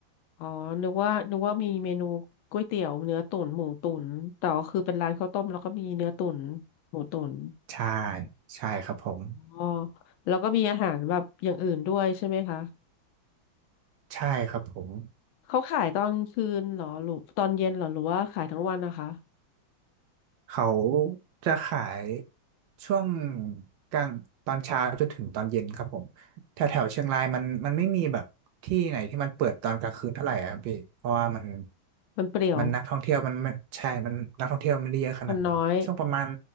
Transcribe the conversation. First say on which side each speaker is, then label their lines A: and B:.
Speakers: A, on the left; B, on the right.
A: อ๋อนึกว่านึกว่ามีเมนูก๋วยเตี๋ยวเนื้อตุ๋นหมูตุ๋นแต่ก็คือเป็นร้านข้าวต้มแล้วก็มีเนื้อตุ๋นหมูตุ๋น
B: ใช่ใช่ครับผม
A: อ๋อแล้วก็มีอาหารแบบอย่างอื่นด้วยใช่ไหมคะ
B: ใช่ครับผม
A: เขาขายตอนคืนเหรอหรือตอนเย็นเหรอหรือว่าขายทั้งวันนะคะ
B: เขาจะขายช่วงกลางตอนเช้าจนถึงตอนเย็นครับผมแถวแถวเชียงรายมันมันไม่มีแบบที่ไหนที่มันเปิดตอนกลางคืนเท่าไหร่อะครับพี่เพราะว่ามัน
A: มันเปรี่ยว
B: มันนักท่องเที่ยวมันไม่ใช่มันนักท่องเที่ยวมันไม่ได้เยอะขนาดนั้นช่วงประมาณ
A: คนน้อย